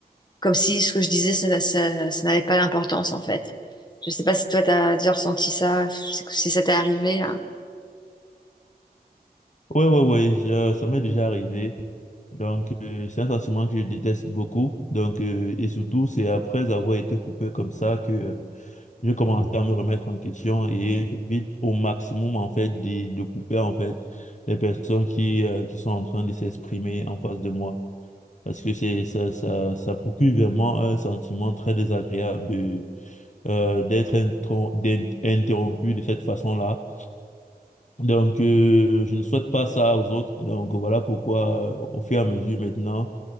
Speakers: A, on the left (about 25°); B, on the left (about 50°).
A: comme si ce que je disais, ça, ça- ça n'avait pas d'importance en fait. Je sais pas si toi, t'as déjà ressenti ça, si ça t'est arrivé. là.
B: Ouais ouais ouais, je- ça m'est déjà arrivé. Donc, euh, c'est un sentiment que je déteste beaucoup. Donc, euh, et surtout, c'est après avoir été coupé comme ça que euh, je commencé à me remettre en question et j'évite au maximum en fait de, de couper en fait les personnes qui, euh, qui sont en train de s'exprimer en face de moi parce que c'est ça, ça ça procure vraiment un sentiment très désagréable de euh, d'être intro- d'être interrompu de cette façon-là. Donc euh, je ne souhaite pas ça aux autres. Donc voilà pourquoi euh, au fur et à mesure maintenant